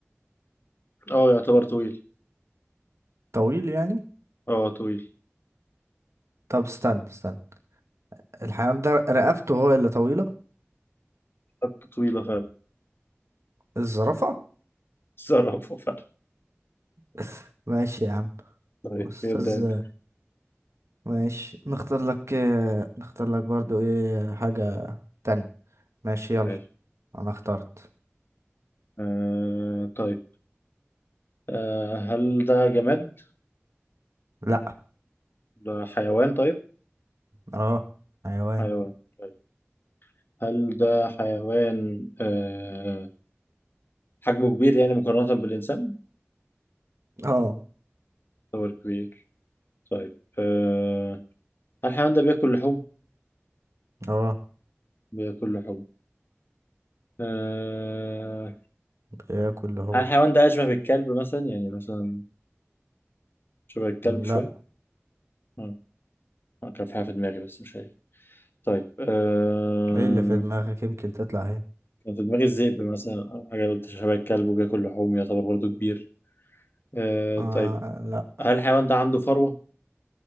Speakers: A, on the left; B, on the right.
A: اه يعتبر طويل
B: طويل يعني
A: اه طويل
B: طب استنى استنى الحيوان ده رقبته هو اللي طويلة
A: خدت طويلة فعلا
B: الزرافة
A: <laughs> تصرف فعلا
B: <laughs> ماشي يا عم
A: طيب
B: أستاذ
A: يبدأ انت
B: ماشي نختار لك آه، نختار لك برضو إيه حاجة تانية ماشي يلا
A: ماشي
B: أنا اخترت
A: آه طيب آه هل ده جماد؟
B: لأ
A: ده حيوان طيب؟
B: اه حيوان
A: حيوان طيب هل ده حيوان آه حجمه كبير يعني مقارنة بالإنسان؟
B: اه
A: يعتبر كبير طيب آه هل الحيوان ده بياكل لحوم؟
B: اه
A: بياكل لحوم آه
B: بياكل هو
A: هل الحيوان ده أشبه بالكلب مثلا؟ يعني مثلا شبه الكلب شوية؟
B: لأ
A: آه. آه، كان في حاجة في دماغي بس مش هي طيب أه...
B: ايه اللي في دماغك يمكن تطلع ايه
A: كان في دماغي الذئب مثلا أو حاجة قلت شبه الكلب وبياكل لحوم يعتبر برضه كبير أه...
B: آه
A: طيب
B: لأ
A: هل الحيوان ده عنده فروة؟